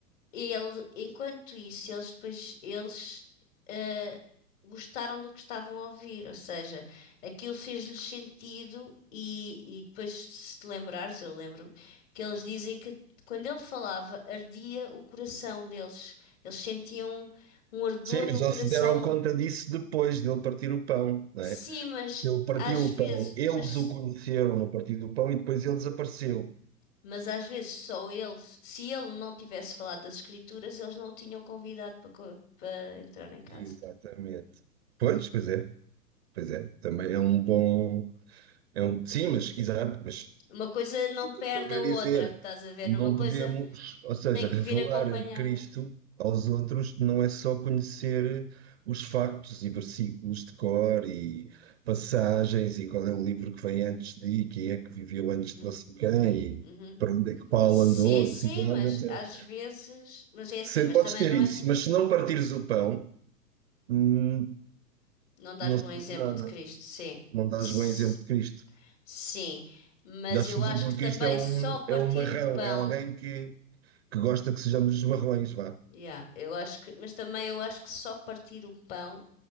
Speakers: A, on the left; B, on the right.
A: ele, enquanto isso, eles depois eles eh, gostaram do que estavam a ouvir, ou seja, aquilo fez-lhes sentido e, e depois se te lembrares, eu lembro-me que eles dizem que quando ele falava ardia o coração deles, eles sentiam um ardor
B: Sim,
A: no
B: mas já
A: coração.
B: se deram conta disso depois dele partir o pão, não
A: Sim,
B: é?
A: mas
B: Ele partiu
A: às
B: o
A: vezes,
B: pão, eles
A: mas
B: o conheceram no partir do pão e depois ele desapareceu.
A: Mas às vezes só ele, se ele não tivesse falado das escrituras, eles não o tinham convidado para, co- para entrar em casa.
B: Exatamente. Pois, pois é. Pois é, também é um bom. É um, sim, mas exato, mas
A: Uma coisa não
B: estou
A: perde
B: a querer
A: a outra,
B: dizer,
A: estás a ver?
B: não
A: Uma coisa
B: podemos, ou seja,
A: tem que
B: revelar
A: vir acompanhada.
B: Cristo aos outros não é só conhecer os factos e versículos de cor e passagens e qual é o livro que vem antes de e quem é que viveu antes
A: Uhum,
B: de não sei quem
A: uhum,
B: e
A: uhum.
B: para onde é que Paulo
A: Sim,
B: andou,
A: sim,
B: que cidades,
A: mas
B: etc.
A: às vezes. Mas é assim,
B: Se,
A: mas
B: podes
A: também
B: ter
A: não
B: isso,
A: é.
B: mas se não partires o pão, hum,
A: Não dás
B: não
A: bom
B: sabes
A: exemplo
B: nada,
A: de Cristo, sim.
B: não dás
A: Ts-
B: bom exemplo de Cristo.
A: Sim, mas
B: Acho
A: eu
B: que o exemplo
A: acho que também
B: Cristo é um,
A: só partir
B: é um marrão,
A: o pão.
B: é alguém que, que gosta que sejamos marrões, vá.
A: Yeah, eu acho que, mas também eu acho que só partir o pão